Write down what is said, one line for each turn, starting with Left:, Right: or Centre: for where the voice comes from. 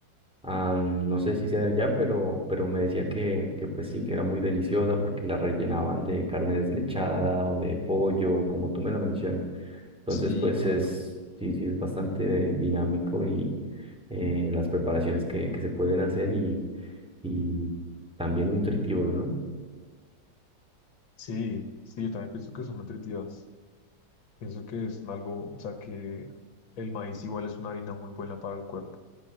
Centre: Ah, no sé si sea de allá, pero, pero me decía que, que pues sí, que era muy deliciosa porque la rellenaban de carne desmechada o de pollo, como tú me lo mencionas. Entonces,
Left: Sí,
Centre: pues
Left: claro.
Centre: es, sí, sí, es bastante dinámico y eh, las preparaciones que, que se pueden hacer y, y también nutritivos, ¿no?
Left: Sí, sí, yo también pienso que son nutritivas. Pienso que es algo, o sea, que el maíz igual es una harina muy buena para el cuerpo.